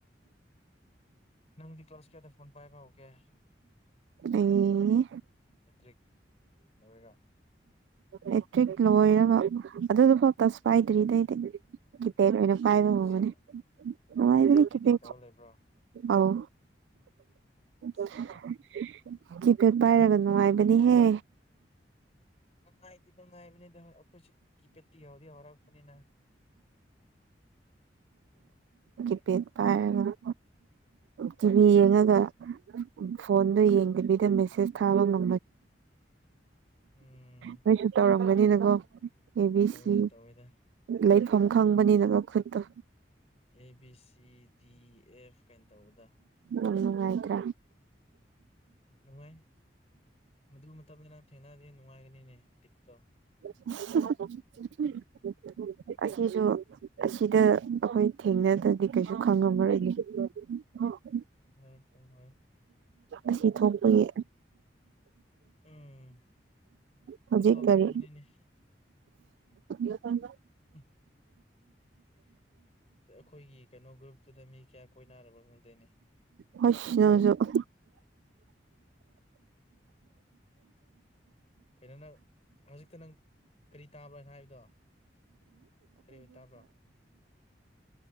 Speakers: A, on the left (about 35°); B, on the right (about 80°).
A: ꯅꯪꯗꯤ ꯀ꯭ꯂꯥꯁ ꯀꯌꯥꯗ ꯐꯣꯟ ꯄꯥꯏꯕ ꯍꯧꯒꯦ
B: ꯑꯩ
A: ꯃꯦꯇ꯭ꯔꯤꯛ ꯃꯔꯦꯒ
B: ꯑꯦꯂꯦꯛꯇ꯭ꯔꯤꯛ ꯂꯣꯏꯔꯕ ꯑꯗꯨꯗꯨꯐꯥꯎ ꯇꯁ ꯄꯥꯏꯗ꯭ꯔꯤꯗꯩꯗꯤ ꯀꯤꯄꯦꯗ ꯑꯣꯏꯅ ꯄꯕ
A: ꯑꯠꯆꯥ
B: ꯍꯉꯥꯏꯕꯅꯦ
A: ꯇꯤ ꯇꯦ ꯇꯤ ꯇꯦ ꯇꯧꯔ ꯂꯩꯕ꯭ꯔꯣ
B: ꯑꯧ
A: ꯑꯠꯆꯥ
B: <unintelligible> ꯀꯤꯄꯦꯗ ꯄꯥꯏꯔꯒ ꯅꯨꯡꯉꯥꯏꯕꯅꯤꯍꯦ
A: ꯅꯨꯡꯉꯥꯏꯗꯤ ꯅꯨꯡꯉꯥꯏꯕꯅꯤꯗ ꯑꯩꯈꯣꯏꯁꯨ ꯀꯤꯄꯦꯠꯇꯤ ꯌꯥꯎꯗꯤ ꯍꯧꯔꯛꯄꯅꯤꯅ ꯎꯝ <inaudible>
B: ꯀꯤꯄꯦꯗ ꯄꯥꯏꯔꯒ ꯇꯤꯚꯤ ꯌꯦꯡꯉꯒ ꯐꯣꯟꯗꯣ ꯌꯦꯡ ꯇꯤꯚꯤꯗ ꯃꯦꯁꯦꯁ ꯊꯥꯕ ꯉ
A: ꯎꯝ
B: ꯅꯣꯏꯁꯨ ꯇꯧꯔ ꯈꯪꯕꯅꯤꯅꯀꯣ ꯑꯦꯕꯤ
A: ꯇꯧꯋꯦꯗ
B: ꯁꯤ
A: ꯇꯧꯋꯦꯗ
B: ꯂꯩꯐꯝ ꯈꯪꯕꯅꯤꯅꯀꯣ ꯈꯨꯠꯇꯣ
A: A B C D F ꯀꯩꯅ ꯇꯧꯕꯗ
B: ꯌꯥꯝ ꯅꯨꯡꯉꯥꯏꯇ꯭ꯔꯥ
A: ꯅꯨꯡꯥꯏ ꯃꯗꯨ ꯃꯅ ꯊꯦꯡꯅ ꯅꯅꯨꯡꯉꯥꯏ ꯀꯅꯤꯅꯦ ꯕꯤꯠꯇꯣ
B: <unintelligible> ꯑꯁꯤꯁꯨ ꯑꯁꯤꯗ ꯑꯩꯈꯣꯏ ꯊꯦꯡꯅꯗ꯭ꯔꯗꯤ ꯀꯩꯁꯨ ꯈꯪꯉꯝꯃꯔꯣꯏꯅꯤ ꯑ <unintelligible>
A: ꯈꯪꯣ <unintelligible> ꯏ ꯈꯪꯣꯏ
B: ꯑꯁꯤ ꯊꯣꯛꯄꯒꯤ
A: ꯎꯝ
B: ꯍꯧꯖꯤꯛ
A: ꯑꯐꯕꯗꯤ
B: ꯀꯔꯤ
A: ꯑꯗꯨꯅꯤꯅꯦ
B: ꯌ ꯆꯥꯡ
A: <unintelligible> ꯑꯩꯈꯣꯏꯒꯤ ꯀꯩꯅꯣ ꯒ꯭ꯔꯨꯞꯇꯨꯗ ꯃꯤ ꯀꯌꯥ ꯀꯣꯏꯅꯔꯕ ꯈꯪꯗꯣꯏꯅꯤ
B: ꯍꯁ ꯅ ꯍꯧꯁꯨ
A: ꯀꯩꯅꯅ ꯍꯧꯖꯤꯛꯇ ꯅꯪ ꯀꯔꯤ ꯇꯥꯕ꯭ꯔꯅꯣ ꯍꯥꯏꯕꯗꯣ ꯀꯔꯤ ꯑꯣꯏꯅ ꯇꯥꯕ꯭ꯔꯣ